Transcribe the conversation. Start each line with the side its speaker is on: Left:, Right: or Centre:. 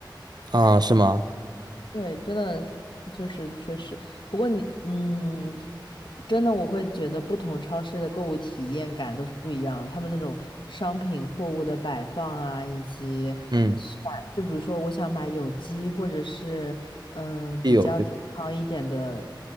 Right: 啊，是吗？
Left: 对，真的就是确实。不过你，嗯，真的我会觉得不同超市的购物体验感都是不一样的。他们那种商品货物的摆放啊，以及选，
Right: 嗯，
Left: 就比如说我想买有机或者是嗯比较健康一点的
Right: 必有对